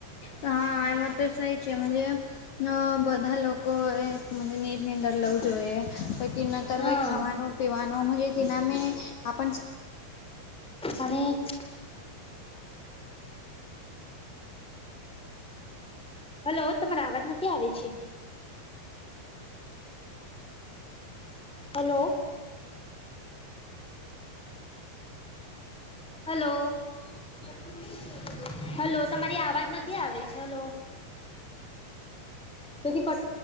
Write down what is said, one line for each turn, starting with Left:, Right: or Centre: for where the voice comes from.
Left: તો હા એમાં તો સહી છે મજે ન બધા લોકોએ મ નીરની અંદર લવું જોઈએ પ ક નતર
Centre: હા
Left: હો ખાવાનું પીવાનું મુહતે નામે આપન
Centre: અને <inaudible> હલો તમારા આવાજ નથી આવે છે હલો હલો <inaudible> હલો તમારી આવાજ નથી આવી છે હલો કથી કટ